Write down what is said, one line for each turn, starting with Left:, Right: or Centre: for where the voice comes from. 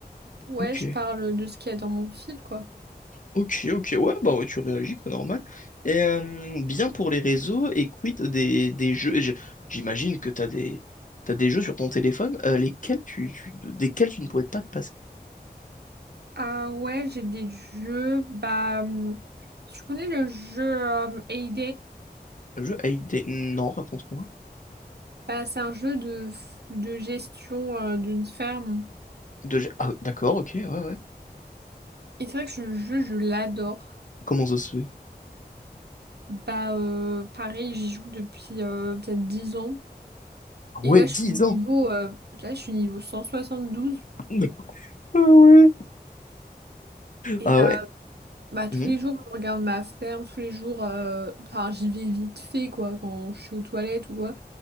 Right: ouais,
Left: Ok.
Right: je parle de ce qu'il y a dans mon fil, quoi.
Left: Ok, ok. Ouais, bah ouais, tu réagis, quoi, normal. Et euh, bien pour les réseaux, et quid des, des jeux. Je- J'imagine que t'as des. T'as des jeux sur ton téléphone, euh, lesquels tu, tu- desquels tu ne pourrais pas te passer.
Right: Ah ouais, j'ai des jeux. Bah, hum, tu connais le jeu euh, Hay
Left: Le jeu Hay Day. Non, raconte-moi.
Right: Bah, c'est un jeu de, f- de gestion euh, d'une ferme.
Left: De... G- Ah, d'accord, ok, ouais, ouais.
Right: Et c'est vrai que ce jeu, je l'adore.
Left: Comment ça se fait?
Right: Bah, euh, pareil, j'y joue depuis euh, peut-être 10 ans.
Left: Ah Ouais,
Right: Et là,
Left: dix
Right: je suis niveau,
Left: ans!
Right: euh, là, je suis niveau cent soixante douze
Left: <laughs> Ah ouais!
Right: Et
Left: Ah
Right: euh,
Left: ouais.
Right: bah, tous
Left: Mhm,
Right: les jours, je regarde ma ferme, tous les jours, euh, enfin, j'y vais vite fait, quoi, quand je suis aux toilettes ou quoi.